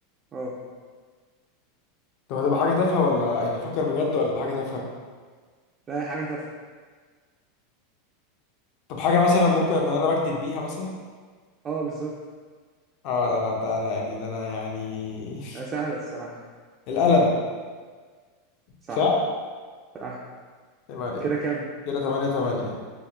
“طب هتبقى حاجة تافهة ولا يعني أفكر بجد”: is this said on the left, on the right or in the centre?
Left